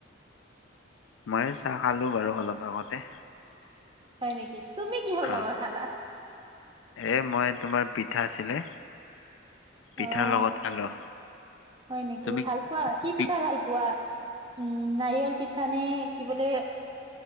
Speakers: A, on the left; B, on the right.
A: মইও চাহ খালো বাৰু অলপ আগতে।
B: হয় নেকি, তুমি কিহৰ
A: অ
B: লগত খালা?
A: এ মই তোমাৰ পিঠা আছিলে। পিঠাৰ
B: অ'
A: লগত খালো
B: হয় নেকি,
A: তুমি
B: ভাল পোৱা? কি
A: পি
B: পিঠা ভাল পোৱা? উম নাৰিকল পিঠা নে কি বোলে।